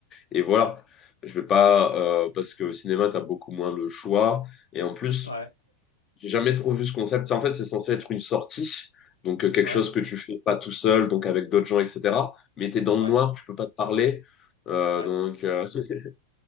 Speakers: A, on the left; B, on the left.
A: et voilà.
B: mhm,
A: Je vais pas
B: Ouais,
A: euh, parce que au cinéma, t'as beaucoup moins le choix et en plus.
B: ouais,
A: J'ai jamais trop vu ce concept. Ça, en fait, c'est censé être une sortie, donc euh, quelque
B: ouais,
A: chose que tu fais pas tout seul, donc avec d'autres gens, etc. Mais t'es dans le
B: ouais,
A: noir, tu peux pas te parler. Euh,
B: ouais.
A: donc, euh, <laughs>